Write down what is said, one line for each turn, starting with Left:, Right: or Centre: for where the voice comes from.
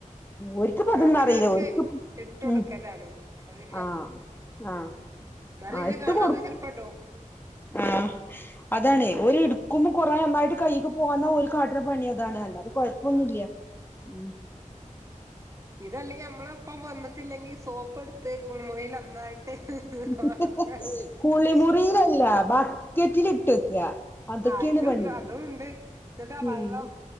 Left: ഓർക്ക് ഇപ്പൊ അതൊന്നും
Right: ഞാൻ പിന്നെ
Left: അറീല
Right: അവർക്ക്
Left: ഓർക്ക്
Right: ഇട്ട് കൊടുക്കലാണ്
Left: ഇപ്പൊ
Right: അപ്പൊ പിന്നെ
Left: ആ ആ
Right: എന്നാലും
Left: ആ
Right: ഇന്നെ
Left: ഇട്ടകൊടുക്കും
Right: കാണാതെ ചെലപ്പോ ഇടും
Left: ആ അതാണെ ഓർ ഇട് ക്കുമ്പോ കുറെ ഒന്നായിട്ട് കയ്യ്ക്ക് പോന്നാ ഓൽ കാട്ട്ണ പണിയതാണ് കൊയപ്പം ഒന്നൂല്യ
Right: ആഹ് ആഹ്
Left: മ്
Right: ഇതല്ലങ്കിൽ നമ്മളെ ഒപ്പം വന്നിട്ടില്ലെങ്കിൽ സോപ്ഇട്ത് മുറിയിൽ ഒന്നായിട്ട്
Left: <unintelligible>
Right: വെള്ളം കലക്ക
Left: കുളിമുറീൽ അല്ല ബക്കറ്റിൽ ഇട്ട് വെക്ക അതൊക്കെയാണ്
Right: ആ അയിലുണ്ട്
Left: പണി
Right: അതുണ്ട് <inaudible> ഇന്നിട്ട് ആ
Left: ഉം
Right: വെള്ളം